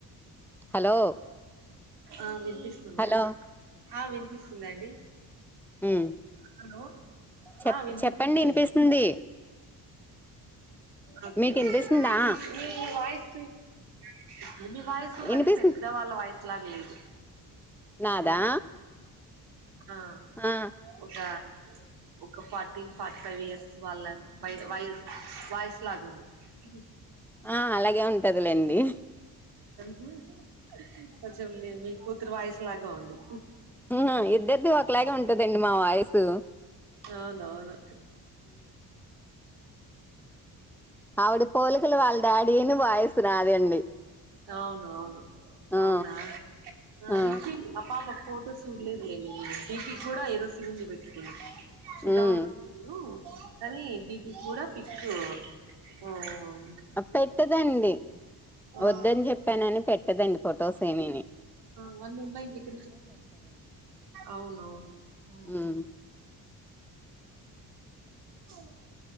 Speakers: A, in the centre; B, on the right.
A: హలో
B: ఆ వినిపిస్తుందా
A: హలో
B: ఆ వినిపిస్తుంది అండి
A: ఉమ్
B: హలో
A: చెప్
B: ఆ వినిపిస్తుంది
A: చెప్పండి వినిపిస్తుంది
B: లే ఓకే
A: మీకు వినిపిస్తుందా
B: ఒకే నీ వాయసు <unintelligible> మీ వాయిసు మరి
A: వినిపిస్తుంది
B: పెద్ద వాళ్ళ వాయిసులా లేదు
A: నాదా
B: హలో ఆ
A: ఆ
B: ఒక ఒక పార్టీ ఫార్టీఫైవ్ ఇయర్స్ వల్ల వయ వాయిసులాగా ఉంది హుహ్
A: ఆ అలాగే ఉంటదిలేండి
B: హుహ్ కొంచెం మీ మీ కూతురు వాయిస్ లాగా ఉంది
A: హుహ్ ఇద్దరిది ఒకలాగే ఉంటదండి మా వాయిస్
B: అవును అవును
A: ఆవిడ పోలికలు వాళ్ళ డాడీ ను వాయిస్ నాదండి
B: అవును అవును
A: ఆ!
B: అవునా <unintelligible>
A: ఆ!
B: పాప ఫోటో చూడలేదులేండి నేను డీపీ కూడా ఏదో శివునిది పెట్టుకుంది చూద్దాం
A: హ్మ్.
B: అనుకుంటున్న కానీ డీపీ కూడా పిక్కు ఉ ఉ
A: పెట్టదండి
B: ఆ
A: వొద్దని చెప్పనని పెట్టదండి ఫొటోస్ ఏమి ను
B: అవి అన్ని ఉన్నాయి ఇంకేడించి అవును అవును
A: హ్మ్.
B: <inaudible>